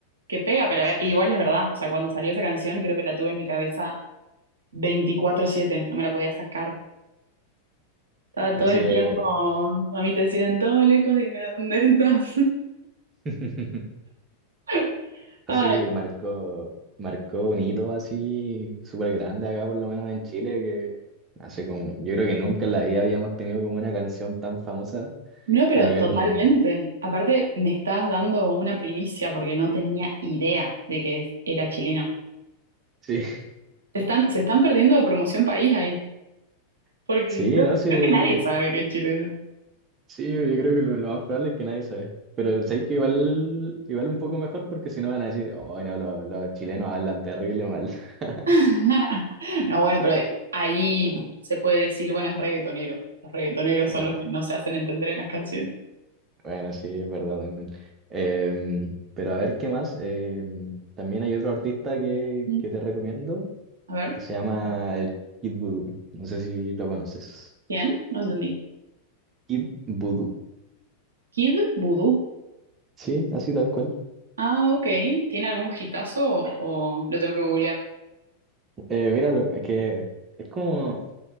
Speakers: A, on the right; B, on the right.
A: que pega, pero
B: sí,
A: eh, igual es verdad. O sea, cuando salió esa canción, creo que la tuve en mi cabeza veinticuatro siete no me la podía sacar. Estaba
B: así
A: todo el
B: es,
A: tiempo, a mí te siento lejos, dime dónde estás.
B: <laughs>
A: <laughs>
B: así
A: Ay,
B: marcó, marcó un hito así súper grande acá, por lo menos en Chile, que hace como, yo creo que nunca en la vida habíamos tenido como una canción tan famosa
A: no, pero
B: a nivel
A: totalmente.
B: mundial.
A: Aparte, me estás dando una primicia porque no tenía idea de que es- era chileno.
B: Sí,
A: Se están, se están perdiendo de promoción país ahí,
B: <laughs>
A: porque
B: sí,
A: creo,
B: no sé.
A: creo que nadie sabe que es chileno.
B: Sí, yo, yo creo que lo, lo más probable es que nadie sabe. Pero sé que igual, igual un poco mejor porque si no van a decir, oh, no, lo- los, chilenos hablan terrible mal. <laughs>
A: <laughs> No, bueno, pero ahí se puede decir, bueno, es reggaetonero. Los reggaetoneros
B: Bueno,
A: son los que no se hacen entender en las canciones.
B: bueno, sí, es verdad también. Em, pero a ver qué más. Em, también hay otro artista que,
A: Mm.
B: que te recomiendo
A: A ver,
B: que se llama el Kid Voodoo. No sé si lo conoces.
A: ¿quién? No entendí.
B: Kid Voodoo.
A: Kid Voodoo.
B: Sí, así tal cual.
A: Ah, ok. ¿Tiene algún hitazo o, o lo tengo que googlear?
B: Eh, míralo, es que es como